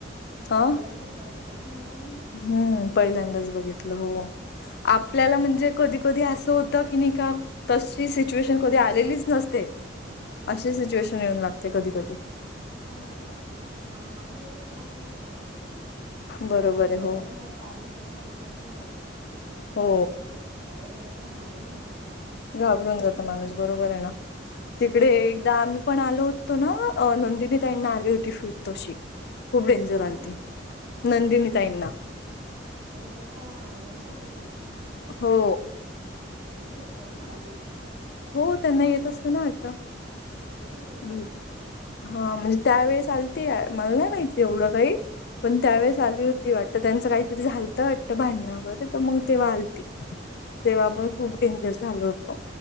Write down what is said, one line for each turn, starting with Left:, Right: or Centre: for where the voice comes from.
Right: एक
Left: हां,
Right: तर पहिल्यांदाच बघितलं ना मी पण हे.
Left: हम्म पहिल्यांदाच बघितलं हो. आपल्याला म्हणजे कधी-कधी असं होतं की नाही का तशी सिच्युएशन कधी आलेलीच नसते.
Right: नाही
Left: अशी सिच्युएशन येऊन लागते कधी-कधी.
Right: हो ना म्हणजे आता माझ्या इकडे ते बघितलंच नव्हतं मी कोणाला
Left: बरोबर
Right: म्हणजे
Left: आहे
Right: माझ्यासमोर
Left: हो
Right: तालीच नाही ना आमच्या इकडे नाहीये.
Left: हो
Right: पहिल्यांदाच बघितलं त्याचा एकदम घाबरून जातो माणूस.
Left: घाबरून जात माणूस बरोबर आहे ना
Right: ह
Left: तिकडे एकदा आम्ही पण आलो होतो ना नंदिनी तईंना आली होती फिट तशी, खूप डेंजर
Right: कोणाला
Left: आलती. नंदनी ताईंना.
Right: म्हणजे कोणत्या या यांच्या कुठे?
Left: हो.
Right: वेई वई त्यांना आले त
Left: हो त्यांना येत असते ना वाटतं.
Right: बाई बाई
Left: हम्म.
Right: हो का.
Left: हा म्हणजे त्यावेेळेस आलते मला नाही माहिती एवढं काही पण त्यावेेळेस
Right: हा हा
Left: आली ते वाटतं त्यांचं काहीतरी झालतं वाटतं बांधणा वगैरे तर मंग तेव्हा आलती. तेव्हा
Right: अच्छा
Left: पण खूप डेंजर झालं होतं